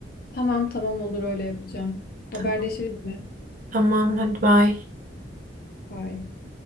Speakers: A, on the left (about 55°); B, on the right (about 45°).
A: Tamam tamam olur öyle yapacağım. Haberleşiriz
B: Tamam,
A: mi?
B: tamam hadi bye.
A: Bye.